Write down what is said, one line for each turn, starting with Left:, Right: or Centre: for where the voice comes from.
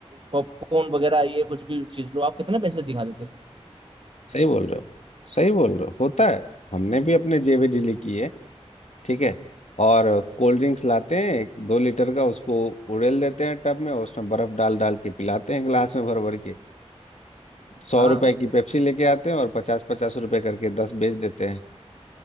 Right: पॉपकॉर्न वगैरह ये कुछ भी चीज लो आप कितना पैसे दिखा देते हो
Left: सही बोल रहे हो सही बोल रहे हो होता है हमने भी अपने जेबी ढीली की है ठीक है और कोल्ड ड्रिंक्स लाते हैं एक दो लीटर का उसको उड़ेल देते हैं टब में और उसमें बर्फ डाल डाल के पिलाते हैं गिलास में भर भर के सौ
Right: हाँ
Left: रुपए की पेप्सी लेके आते हैं और पचास पचास रुपए करके दस बेच देते हैं